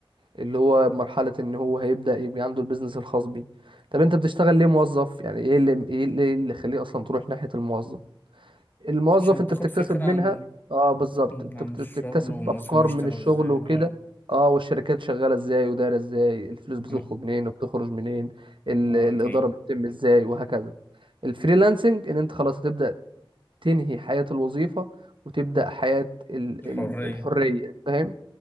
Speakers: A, on the right (about 65°); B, on the left (about 20°).
A: اللي هو مرحلة ان هو هيبدأ يبقى عنده البيزنس الخاص بيه طب انت بتشتغل ليه موظف يعني ايه اللي ايه اللي إيه اللي يخليه اصلا تروح ناحية الموظف الموظف
B: عشان
A: انت
B: تاخد
A: بتكتسب
B: فكرة عن
A: منها اه بالظبط
B: عن
A: انت بت-
B: الشغل
A: بتكتسب
B: والموظفين
A: افكار
B: بيشتغلوا
A: من الشغل
B: ازاي
A: وكده
B: اه
A: اه والشركات شغالة ازاي ودايرة ازاي الفلوس بتدخل
B: مم.
A: منين وبتخرج منين ال-
B: اه
A: الإدارة
B: اكيد
A: بتتم ازاي وهكذا الفريلانسنج ان انت خلاص هتبدأ تنهي حياة الوظيفة وتبدأ حياة ال-
B: الحرية
A: ال- الحرية فاهم